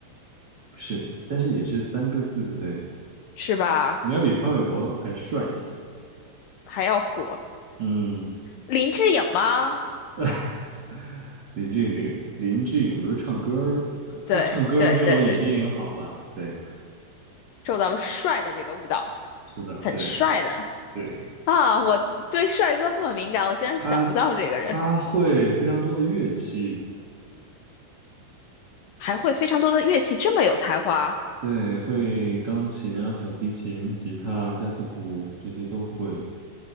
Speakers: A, on the right; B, on the left.
A: 不是？但是也是三个字，对，
B: 是吧？
A: 应该比潘玮柏还帅一些。
B: 还要火，
A: 嗯，
B: 林志颖吗？
A: <laughs> 林志玲，林志颖不是唱歌儿呃，他唱歌儿没有演电影好吧？
B: 对对对对，
A: 对，
B: 受到了帅的这个误导，
A: 是的，
B: 很帅的
A: 对。对
B: 啊！我对帅哥这么敏感，我竟然想不到这个人
A: 他他会非常多的乐器，
B: 还会非常多的乐器，这么有才华，
A: 对，会钢琴啊、小提琴、吉他、架子鼓这些都会。